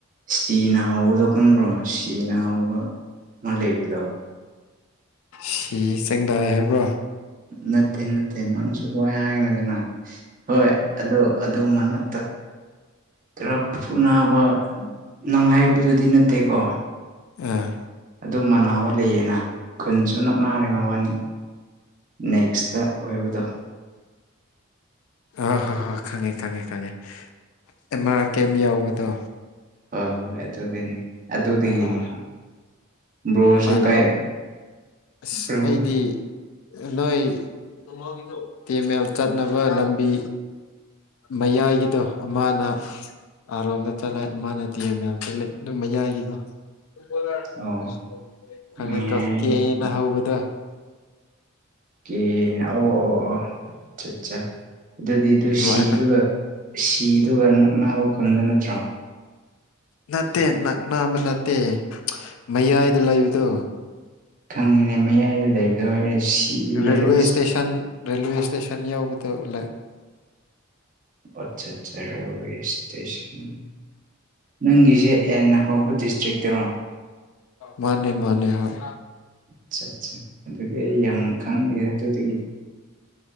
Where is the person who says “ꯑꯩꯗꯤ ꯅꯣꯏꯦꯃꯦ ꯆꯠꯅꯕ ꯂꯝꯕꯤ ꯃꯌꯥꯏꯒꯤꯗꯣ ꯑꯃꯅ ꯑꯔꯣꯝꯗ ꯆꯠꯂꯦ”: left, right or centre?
Left